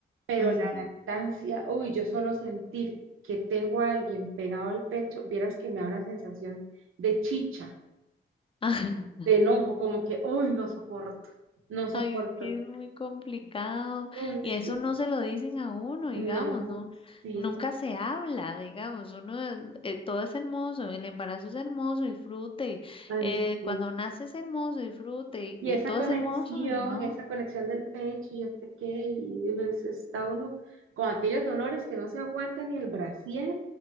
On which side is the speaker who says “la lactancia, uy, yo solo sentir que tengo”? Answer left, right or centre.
Right